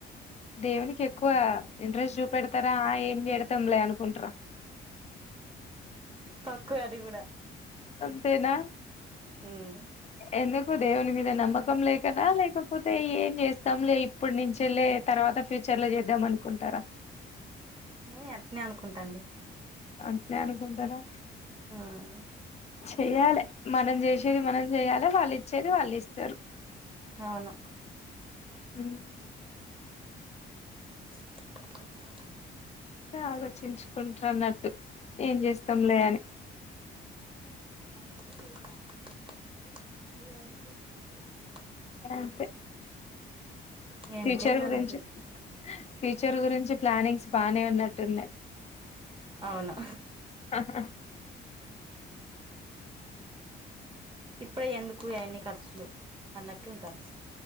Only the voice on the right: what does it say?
తక్కువ అది కూడా
ఉమ్
ఏ అట్నే అనుకుంటాండి
ఉమ్
అవును
ఇ ప
అగా
ఎంతే ఇగ
రొటీన్
అవును
ఇప్పుడే ఎందుకు అవన్ని ఖర్చులు అన్నట్టు ఉంటారు